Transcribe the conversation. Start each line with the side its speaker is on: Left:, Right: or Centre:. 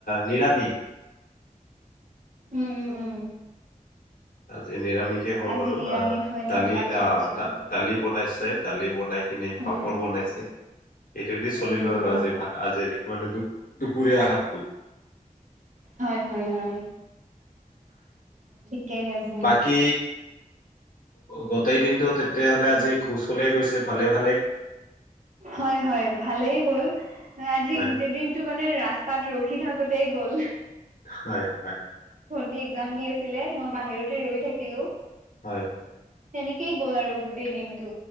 Left: নিৰামিষ।
Right: উম উম উম!
Left: আজি নিৰামিষে হ'ল
Right: আজি
Left: বাৰু
Right: নিৰামিষ
Left: অ
Right: হয়
Left: দালি
Right: ন আচ্ছা
Left: অ
Right: আচ্ছা
Left: দালি বনাইছোই দালি বনাই পিনে
Right: উম
Left: পাপৰ বনাইছে সেইটো দি
Right: উম
Left: চলিলো
Right: হম
Left: আৰু আজি ভ আজিৰ মানে দু দুপৰীয়া শাকটো।
Right: হয় হয় হয়। ঠিকেই আছে
Left: বাকী গোটেই দিনটো তেতিয়া হ'লে আজি কুশলে গৈছে ভালে ভালে।
Right: হয় হয় ভালেই গ'ল আজি
Left: হয়
Right: গোটেই দিনটো। মানে ৰাস্তাত ৰখি থাকোতেই গ'ল।
Left: হয় হয়।
Right: ন্টী এক্সাম দি আছিলে মই বাহিৰতে ৰৈ থাকিলো।
Left: হয়।
Right: তেনেকেই গ'ল আৰু গোটেই দিনটো।